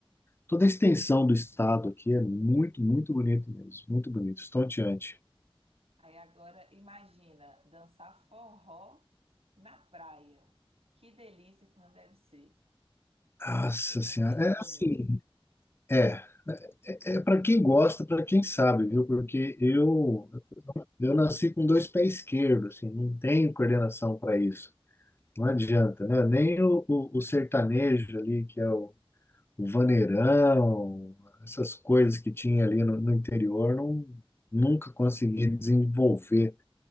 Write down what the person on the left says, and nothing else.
toda a extensão do estado aqui é muito, muito bonito mesmo, muito bonito, estonteante.
Nossa
Senhora,
é assim.
É, é, é para quem gosta, para quem sabe, viu? Porque eu eu nasci com dois pés esquerdos, assim, não tenho coordenação para isso. Não adianta, né? Nem o, o, o sertanejo ali, que é o, o vaneirão, essas coisas que tinha ali no, no interior, não, nunca consegui desenvolver